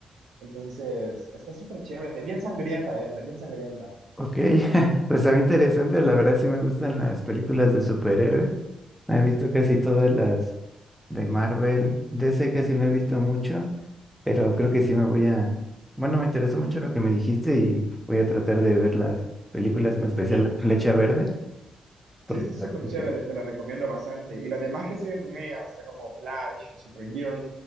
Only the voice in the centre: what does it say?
ok, <laughs> pues está interesante, la verdad sí me gustan las películas de superhéroes, he visto casi todas las de Marvel, DC casi no he visto mucho, pero creo que sí me voy a, bueno, me interesó mucho lo que me dijiste y voy a tratar de ver las películas, en especial
La Flecha Verde, porque
está
muy inter-